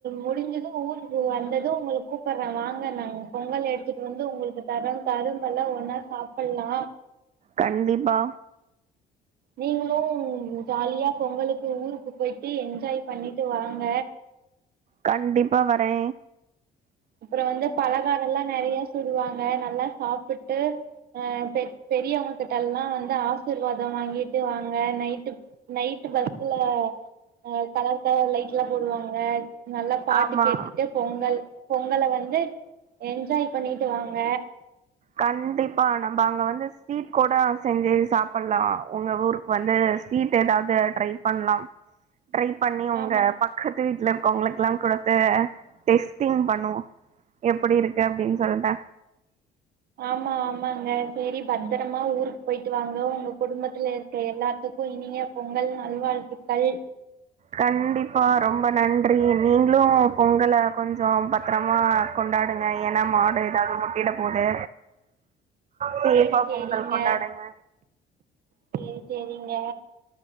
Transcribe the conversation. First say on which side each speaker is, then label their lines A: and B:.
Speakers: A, on the right (about 65°); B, on the right (about 45°).
A: முடிஞ்சது ஊருக்கு வந்தது உங்களுக்கு கூப்பிடுறே வாங்க நாங்க பொங்கல் எடுத்துட்டு வந்து உங்களுக்கு தரோ கரும்பெல்லா ஒன்னா சாப்பில்லா
B: கண்டிப்பா
A: நீங்களும் ஜாலியா பொங்கலுக்கு ஊருக்கு போயிட்டு என்ஜாய் பண்ணிட்டு வாங்க
B: கண்டிப்பா வரே
A: அப்பறோ வந்து பலகாரோ ல்லா நெறைய சுடுவாங்க நல்லா சாப்பிட்டு அ பெ பெரியவுங்ககிட்ட ல்லா வந்து ஆசிர்வாதம் வாங்கிட்டு வாங்க நைட்டு நைட்டு பஸ்ல ஹ கலர் கலர்லைட்லா போடுவாங்க நல்லா பாட்டு
B: ஆமா.
A: கேட்டுட்டு பொங்கல் பொங்கல வந்து என்ஜாய் பண்ணிட்டு வாங்க
B: கண்டிப்பா நம்ம அங்க வந்து ஸ்வீட் கூட செஞ்சு சாப்பிலா உங்க ஊரு வந்து ஸ்வீட் ஏதாவது ட்ரை பண்ணலா ட்ரை பண்ணி உங்க
A: ஆமா
B: பக்கத்து வீட்ல இருக்கவுங்களுக்குல்லா குடுத்து டெஸ்ட்டிங் பண்ணுவோ எப்டி இருக்கு அப்டின்னு சொல்ட்டு
A: ஆமா ஆமாங்க சேரி பத்தரமா ஊருக்கு போயிட்டு வாங்க உங்க குடும்பத்திலே எல்லாத்துக்கு இனிய பொங்கல் நல்வாழ்த்துக்கள்
B: கண்டிப்பா ரொம்ப நன்றி நீங்களு பொங்கல கொஞ்சோ பத்தரமா கொண்டாடுங்க ஏனா மாடு எதாவ்து முட்டிட போது சேஃபா
A: சேரி சேரிங்க
B: பொங்கல் கொண்டாடுங்க
A: சேரி சேரிங்க